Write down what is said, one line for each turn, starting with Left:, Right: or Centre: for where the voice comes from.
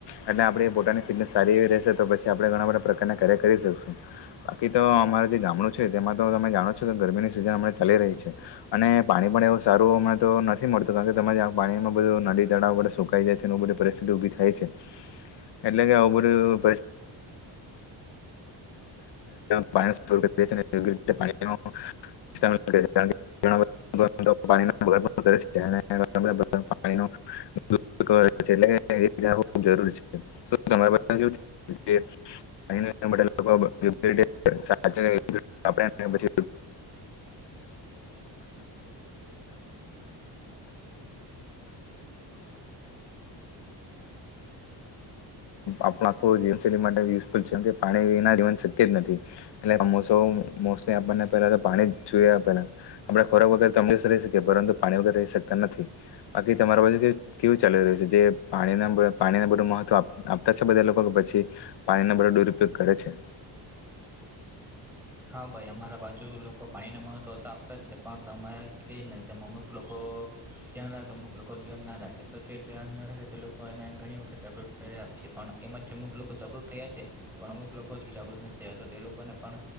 Left: એટલે આપણી પોતાની ફિટનેસ સારી એવી રહેશે તો પછી આપણે ઘણા બધા પ્રકારના કાર્યર કરી શકશું બાકી તો અમારે ગામડું છે તેમાં તો તમે જાણો છો કે ગરમીની સિઝન અમ ચાલી રહી છે, અને પાણી પણ એવું સારું, અમને તો નથી મળતું કારણ કે ત પાણીમાં બધું નદી તળાવ સુકાઈ જાય છે બધી પરિસ્થિતિ ઉભી થાય છે, એટલે કે આવું બધું પરિસ્થિતિ <inaudible> <unintelligible> પાણી આપણ આખું જીય છે પાણીના શક્ય જ નથી એટલે સમોસો મોસ્ટલી આપણને પેલા તો પાણી જ જોયાએ પેલા આપડે ખોરાક વગર ત રહી શકીએ પરંતુ પાણી વગર રહી શકતા નથી બાકી તમારા વગર કેવું ચાલી રહ્યું છે જે પાણી પાણીને બધું મહત્વ આપતા છે બધા લોકો કે પછી પાણીનો બધો દુરુપયોગ કરે છે
Centre: હા, ભાઈ અમારા બાજુ લોકો પાણીને મહત્ત્વ તો આ, પતા જ છે પણ ત કે અમુક લોકો ક્યાં રાખે અમુક લોકોહદભ્ય ધ્યાન ના રાખે તો જે ધ્યાન ના રાખે તે લોકો એને ઘણી વખત જાગૃત કરી આપ છે પણ એમાં અમુક લોકો જાગૃત થયા છે પણ અમુક લોકો જાગૃત નથી થયા તો તે લોકોને પણ